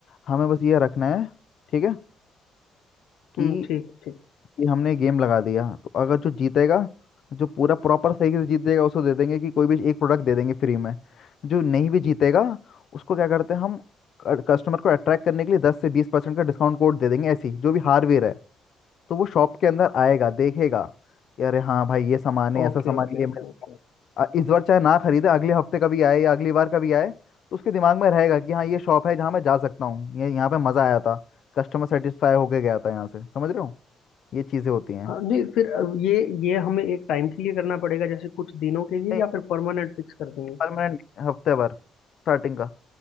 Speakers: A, on the left; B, on the left.
A: हमें बस ये रखना है ठीक है कि,
B: हम्म ठीक ठीक
A: कि हमने गेम लगा दिया तो अगर जो जीतेगा जो पूरा प्रॉपर सही से जीतेगा उसको दे देंगे कि कोई भी एक प्रोडक्ट दे देंगे फ्री में जो नहीं भी जीतेगा उसको क्या करते हैं हम कस्टमर को अट्रैक्ट करने के लिए दस से बीस परसेंट का डिस्काउंट कोड दे देंगे ऐसी जो भी हार्डवेयर है तो वो शॉप के अंदर आएगा देखेगा कि अरे हाँ भाई ये सामान है
B: Okay
A: ऐसा सामान
B: okay
A: ये
B: okay
A: मिल
B: okay
A: आ, इस बार चाहे ना खरीदे अगले हफ्ते कभी आए या अगली बार कभी आए तो उसके दिमाग में रहेगा कि हाँ ये शॉप है जहाँ मैं जा सकता हूँ ये यहाँ पे मज़ा आया था कस्टमर सेटिस्फाई होके गया था यहाँ से समझ रहे हो ये चीज़ें होती हैं
B: हाँ नहीं फिर अ, ये ये हमें एक टाइम के लिए करना पड़ेगा जैसे कुछ दिनों के लिए
A: नहीं
B: या फिर परमानेंट फिक्स कर देंगे
A: परमानेंट हफ्ते भर स्टार्टिंग का